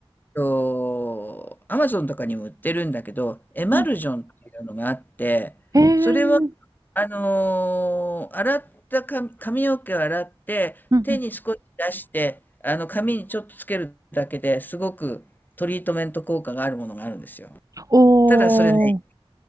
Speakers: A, on the left; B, on the right.
A: と、アマゾンとかにも売ってるんだけど、エマルジョンっていうのがあって、
B: はいえー、
A: それは、あのー洗った髪、髪の毛を洗って、
B: うんうん。
A: 手に少し出して、あの、髪にちょっとつけるだけですごくトリートメント効果があるものがあるんですよ。
B: おー。
A: ただそれね、